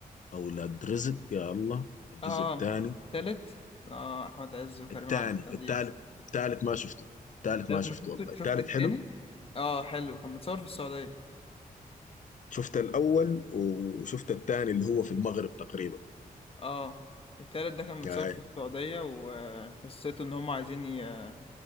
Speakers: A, on the left; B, on the left.
A: اولاد رزق يا الله الجزء
B: اه
A: الثاني
B: تالت اه احمد عز وكريم
A: الثاني
B: عبد العزيز
A: الثالث الثالث ما شفته الثالث
B: التالت
A: ما شفته
B: ما شفت
A: والله الثالث
B: شفت التاني
A: حلو
B: اه حلو كان متصور في السعودية
A: شفت الاول وشفت الثاني اللي هو في المغرب تقريبا
B: اه التالت ده كان متصور
A: آه.
B: في السعودية وقصته ان هم عايزين ي-